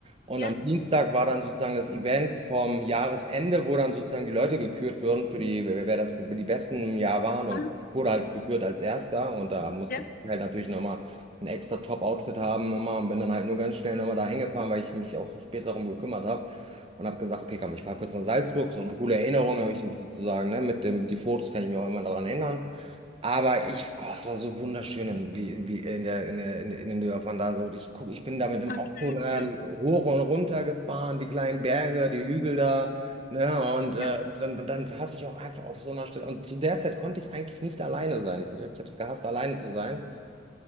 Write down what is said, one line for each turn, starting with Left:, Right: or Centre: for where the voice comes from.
Right: und
Left: ja,
Right: am Dienstag war dann sozusagen das Event vom Jahresende, wo dann sozusagen die Leute gekürt wurden für die, wer wer das für die besten im Jahr waren und
Left: Ah,
Right: ich wurde halt gekürt als Erster und da musste
Left: ja,
Right: ich halt natürlich nochmal ein extra Top-Outfit haben immer und bin dann halt nur ganz schnell nochmal da hingefahren, weil ich mich auch so spät darum gekümmert habe und habe gesagt, okay, komm, ich fahre kurz nach Salzburg, so eine coole Erinnerung habe ich sozusagen, ne, mit dem, die Fotos kann ich mir auch immer daran erinnern. Aber ich, oh, es war so wunderschön, in- wie, wie in der, in der, in, in den Dörfern da so. Ich guck, ich bin da mit dem
Left: okay,
Right: Auto äh,
Left: schön.
Right: hoch und runter gefahren, die kleinen Berge, die Hügel da, ne, und äh,
Left: Ja,
Right: dann, dann, dann saß ich auch einfach auf so einer Stelle. Und zu der Zeit konnte ich eigentlich nicht alleine sein. Ich, ich habe es gehasst, alleine zu sein.